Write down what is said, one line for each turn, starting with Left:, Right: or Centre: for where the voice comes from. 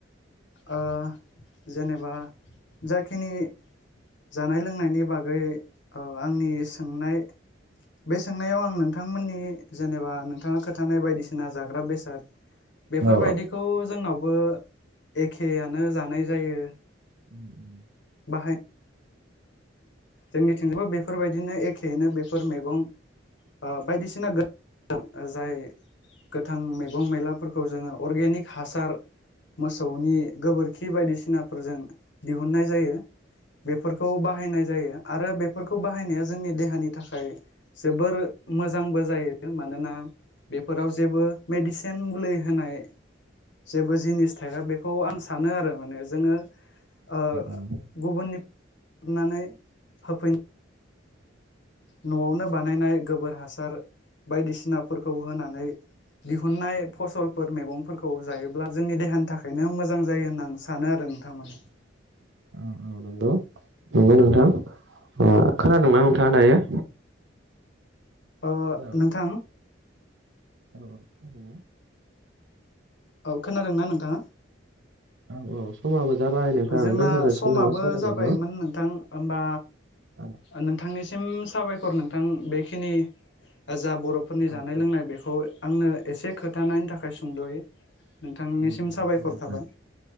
Left: ओ जेनेबा जाखिनि जानाय लोंनायनि बागै औ आंनि सोंनाय बे सोंनायाव आं नोंथांमोननि जेनेबा नोंथाङा खोथानाय बायदिसिना जाग्रा बेसाद बेफोरबायदिखौ
Right: औ
Left: जोंनावबो एखेयानो जानाय जायो।
Right: <unintelligible>
Left: बाहाय जोंनिथिंबो बेफोरबायदिनो एखेयैनो बेफोर मैगं ओ बायदिसिना जाय गोथां मैगं मैलाफोरखौ जोङो अर्गेनिक हासार मोसौनि गोबोरखि बायदिसिना फोरजों दिहुननाय जायो बेफोरखौ बाहायनाय जायो आरो बे बेफोरखौ बाहायनाया जोंनि देहानि थाखाय जोबोर मोजांबो जायो। मानोना बेफोराव जेबो मेडिसिन मुलि होनाय जेबो जिनिस थाया बेखौ आं सानो आरो माने जोङो ओ
Right: औ
Left: गुबुननि नानै होफैनो न'आवनो बानायनाय गोबोर हासार बायदिसिनाफोरखौ होनानै दिहुननाय फसलफोर मैगंफोरखौ जायोब्ला जोंनि देहानि थाखायनो मोजां जायो होनना आं सानो आरो। नोंथांमोननि
Right: औ औ <unintelligible> नंबाय नोंथां ओ खोनादोंं ना नोंथाङा दायो?
Left: अ
Right: हेल'
Left: नोंथां
Right: औ औ।
Left: औ खोनादों ना नोंथाङा?
Right: औ औ समाबो जाबाय नोंथां
Left: जोंना
Right: दोनथ' जासिगोन
Left: समाबो
Right: नामा सावरायनायखौ?
Left: जाबायमोन नोंथां होमबा
Right: औ
Left: नोंथांनि साबायखर नोंथां बेखिनि जा बर'फोरनि
Right: औ
Left: जानाय
Right: औ
Left: लोंनाय बेखौ आंनो एसे खोथानायनि थाखाय सुंद'यै। नोंथांनिसिम
Right: औ
Left: साबायखर
Right: दे नोंथां।
Left: थाबाय।